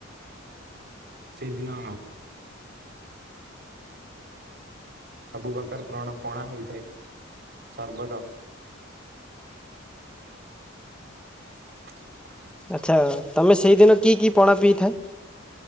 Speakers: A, on the right; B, in the centre.
A: ସେଦିନ। ସବୁ ପ୍ରକାର ପ୍ରଣ ପଣା ହୋଇଥାଏ ସର୍ବଦ। <inaudible>
B: ଆଚ୍ଛା ତମେ ସେଇଦିନ କି କି ପଣା ପିଇଥାଏ।